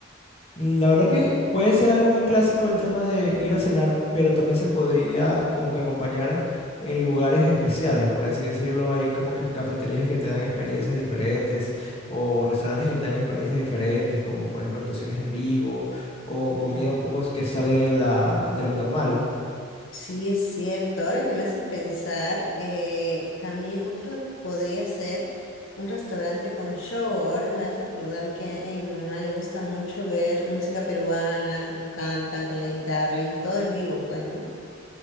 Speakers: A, on the left (about 30°); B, on the left (about 80°).
A: Mm, La verdad que puede ser algo muy clásico el tema de ir a cenar, pero también se podría como que acompañar en lugares especiales, por así decirlo. Hay como que cafeterías que te dan experiencias diferentes o restaurantes que te dan experiencias diferentes, como por ejemplo actuaciones en vivo o
B: Ujú.
A: comida un poco que sale de la, de
B: Mm,
A: lo normal.
B: sí, es cierto. Ahora que me haces pensar, eh, también otro podría ser un restaurante con show. Ahora me hace acordar que a mi mamá le gusta mucho ver música peruana, cómo cantan con la guitarra y todo en vivo, pues, ¿no?